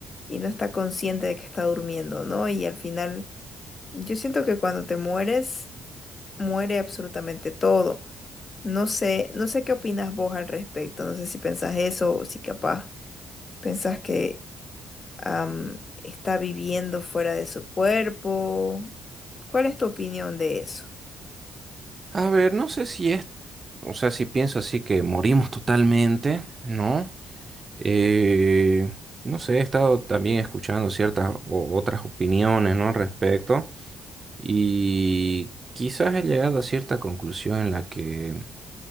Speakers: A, on the left (about 35°); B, on the right (about 35°).
A: y no está consciente de que está durmiendo, ¿no? Y al final, yo siento que cuando te mueres, muere absolutamente todo. No sé, no sé qué opinas vos al respecto, no sé si pensás eso o si capaz pensás que am, está viviendo fuera de su cuerpo. ¿Cuál es tu opinión de eso?
B: A ver, no sé si es, o sea, si pienso así que morimos totalmente, ¿no? Eh, no sé, he estado también escuchando ciertas o- otras opiniones, ¿no? Al respecto y quizás he llegado a cierta conclusión en la que